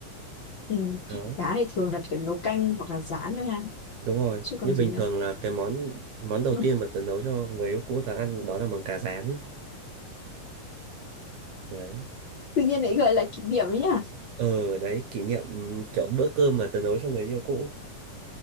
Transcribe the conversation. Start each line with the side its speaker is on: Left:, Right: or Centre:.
Left: ừ.
Right: đó
Left: cá thì thường là kiểu nấu canh hoặc là rán thôi ha
Right: đúng rồi
Left: chứ còn
Right: như bình
Left: gì nữa
Right: thường là cái món món đầu
Left: <laughs>
Right: tiên mà tớ nấu cho người yêu cũ tớ ăn đó là món cá rán đấy
Left: tự nhiên lại gợi lại kỷ niệm ấy nhá
Right: ờ đấy kỷ niệm ừm, kiểu bữa cơm mà tớ nấu cho người yêu cũ